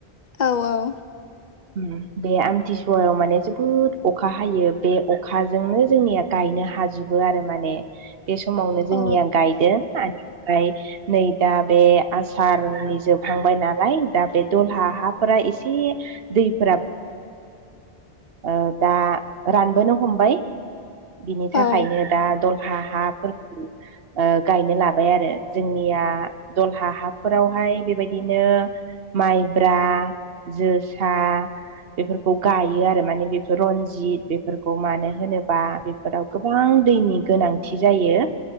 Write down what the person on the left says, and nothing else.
औ औ
अ
औ